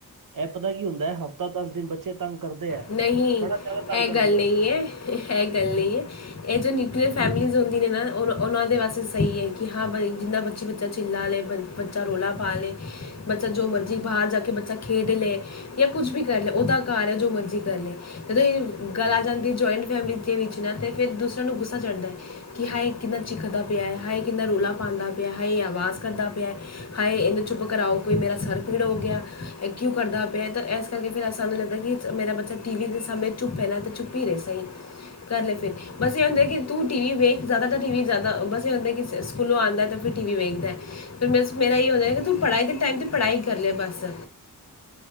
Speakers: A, on the right; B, on the left.
A: ਇਹ ਪਤਾ ਕੀ ਹੁੰਦਾ ਹੈ, ਹਫ਼ਤਾ ਦਸ ਦਿਨ ਬੱਚੇ, ਤੰਗ ਕਰਦੇ ਹੈ,
B: ਨਹੀਂ
A: ਬੜਾ ਜ਼ਿਆਦਾ ਤੰਗ
B: ਇਹ
A: ਕਰਦੇ
B: ਗੱਲ ਨਹੀਂ
A: ਹੈ।
B: ਹੈ ਗੱਲ ਨਹੀਂ ਹੈ, ਇਹ ਜੋ ਨਿਊਕਲੀਅਰ ਫੈਮਿਲੀਜ਼ ਹੁੰਦੀਆਂ ਨੇ ਨਾ, ਉਹ ਉਹਨਾਂ ਦੇ ਵਾਸਤੇ ਸਹੀ ਹੈ, ਕਿ ਹਾਂ ਬਈ ਜਿੰਨਾ ਬੱਚੀ ਬੱਚਾ ਚਿੱਲਾ ਲੇ ਬ, ਬੱਚਾ ਰੌਲਾ ਪਾ ਲੇ, ਬੱਚਾ ਜੋ ਮਰਜ਼ੀ ਬਾਹਰ ਜਾ ਕੇ ਬੱਚਾ ਖੇਡ ਲੈ ਜਾਂ ਕੁੱਛ ਵੀ ਕਰ ਲੈ ਉਹਦਾ ਘਰ ਹੈ ਜੋ ਮਰਜ਼ੀ, ਸਹੀ ਗੱਲ ਏ ਜਦੋਂ ਇਹ ਗੱਲ ਆ ਜਾਂਦੀ, ਜੁਆਇੰਟ ਫੈਮਿਲੀ ਦੇ ਵਿੱਚ ਨਾ ਤੇ ਫਿਰ ਦੂਸਰਿਆਂ ਨੂੰ ਗੁੱਸਾ ਚੜ੍ਹਦਾ ਹੈ। ਕਿ ਹਾਏ ਕਿੰਨਾ ਚਿੱਖਦਾ ਪਿਆ ਹੈ, ਹਾਏ ਕਿੰਨਾ ਰੌਲਾ ਪਾਉਂਦਾ ਪਿਆ ਹਾਏ ਆਵਾਜ਼ ਕਰਦਾ ਪਿਆ ਹੈ। ਹਾਏ ਇਹਨੂੰ ਚੁੱਪ ਕਰਾਓ ਕੋਈ ਮੇਰਾ ਸਰ ਪੀੜ ਹੋ ਗਿਆ। ਇਹ ਕਿਉਂ ਕਰਦਾ ਪਿਆ, ਤੇ ਇਸ ਕਰਕੇ ਫਿਰ ਅਸਾਨੂੰ ਲੱਗਦਾ ਕਿ ਮੇਰਾ ਬੱਚਾ, ਅੱਛਾ ਟੀ ਵੀ ਦੇ ਸਮੇਂ ਚੁੱਪੲਏ ਪਹਿਲਾ ਤਾਂ ਚੁੱਪ ਹੀ ਨਹੀਂਹੇ ਸਹੀ ਕਰ ਲ ਫਿਰ, ਬਸ ਇਹ ਹੂੰਦਾ ਕਿ, ਤੂੰ, ਟੀ ਵੀ ਵੇਖ, ਜਿਆਦਾਤਰ ਟੀ ਵੀ, ਜਿਆਦਾ, ਬਸ, ਇਹੁੰਦਾ, ਕਿ, ਸਕੂਲੋਂ, ਆਂਦਾ ਤਾਂ ਫਿਰ ਟੀ ਵੀ ਵੇਖਦਾ ਹੈ। ਫਿਰ ਬਸ ਮੇਰਾ ਇਹੀ ਹੁੰਦਾ, ਕਿ ਤੂੰ ਪੜ੍ਹਾਈ ਦੇ ਟਾਈਮ ਤੇ ਪੜ੍ਹਾਈ ਕਰ ਲੈ ਬਸ,